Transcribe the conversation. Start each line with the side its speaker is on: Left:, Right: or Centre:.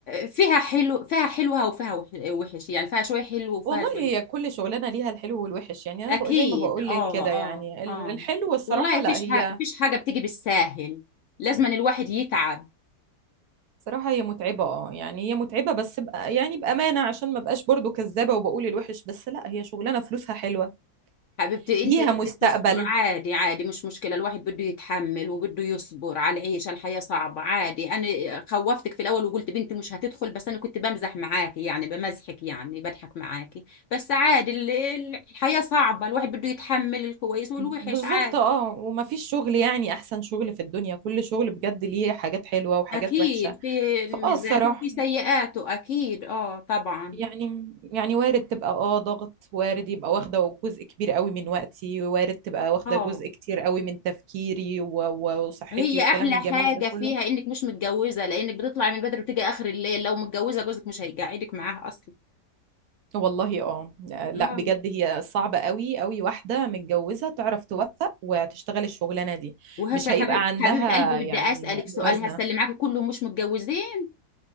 Left: فيها حلو فيها حلوة وفيها وح- وحش يعني فيها شوية حلو وفيها
Right: والله
Left: شوية
Right: هي كل شغلانه ليها الحلو والوحش يعني انا
Left: اكيد
Right: بقى زي ما بقول
Left: اه
Right: لك كده يعني
Left: اه
Right: ال-
Left: اه
Right: الحلو الصراحه
Left: والله فيش
Right: لا هي
Left: حاجه فيش حاجه بتيجي بالساهل لازم أن الواحد يتعب
Right: صراحه هي متعبه اه يعني هي متعبه بس بقى يعني بامانه عشان ما بقاش برضو كذابه وبقول الوحش بس لا هي شغلانه فلوسها حلوه
Left: حبيبتي انت
Right: ليها
Left: بدك
Right: مستقبل
Left: تصبر عادي عادي مش مشكله الواحد بده يتحمل وبده يصبر على العيشه الحياه صعبه عادي انا خوفتك في الاول وقلت بنتي مش هتدخل بس انا كنت بمزح معاكي يعني بمزحك يعني بضحك معاكي بس عادي ال- ال- الحياه صعبه الواحد بده يتحمل الكويس والوحش
Right: بالظبط
Left: عادي
Right: اه ومفيش شغل يعني احسن شغل في الدنيا كل شغل بجد ليه حاجات حلوة وحاجات
Left: اكيد
Right: وحشة
Left: في
Right: فاه
Left: ميزاته
Right: الصراحة
Left: وفي سيئاته اكيد اه طبعا
Right: يعني يعني وارد تبقى اه ضغط وارد يبقى واخدة جزء كبير قوي من وقتي وارد تبقى واخدة
Left: اه
Right: جزء كتير قوي من تفكيري و- و- وصحتي
Left: هي
Right: والكلام
Left: احلى حاجه
Right: الجميل ده
Left: فيها
Right: كله
Left: انك مش متجوزه لانك بتطلعي من بدري وتيجي اخر الليل لو متجوزه جوزك مش هيقعدك معاها اصلا
Right: والله اه لا
Left: اه
Right: بجد هي صعبة قوي قوي واحدة متجوزة تعرف توفق وتشتغل الشغلانة دي
Left: وهسه
Right: مش
Left: يا
Right: هيبقى
Left: حبيب
Right: عندها
Left: حبيبه قلبي
Right: يعني
Left: بدي اسالك
Right: موازنة
Left: سؤال هسه اللي معاكي كلهم مش متجوزين